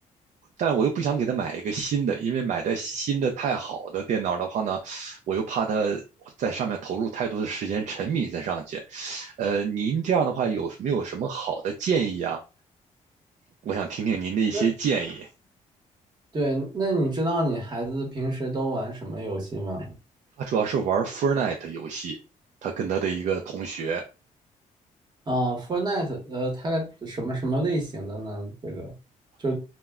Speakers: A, on the right; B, on the right.
A: 但我又不想给他买一个新的，因为买的新的太好的电脑的话呢，我又怕他在上面投入太多的时间，沉迷在上去。呃，您这样的话有没有什么好的建议啊？我想听听您的一些建议。
B: 那对，那你知道你孩子平时都玩什么游戏吗？
A: 他主要是玩 Fortnite 游戏，他跟他的一个同学，
B: 啊，Fortnite，呃，它什么什么类型的呢？这个就